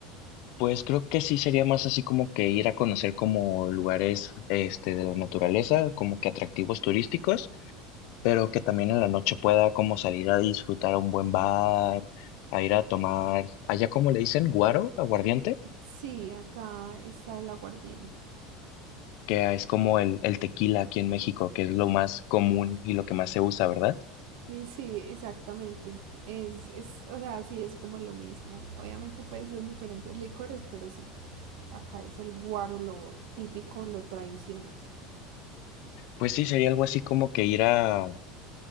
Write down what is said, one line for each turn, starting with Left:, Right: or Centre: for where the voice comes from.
Left: Pues creo que sí sería más así como que ir a conocer como lugares este de la naturaleza, como que atractivos turísticos. pero que también en la noche pueda como salir a disfrutar a un buen bar, a ir a tomar, allá como le dicen, guaro, aguardiente,
Right: Sí, acá está el aguardiente.
Left: que es como el, el tequila aquí en México, que es lo más común y lo que más se usa, ¿verdad?
Right: Sí, exactamente. Es, es, o sea, sí, es como lo mismo. Obviamente, pues son diferentes licores, pero sí, acá es el guaro, lo típico, lo tradicional.
Left: Pues sí, sería algo así como que ir a,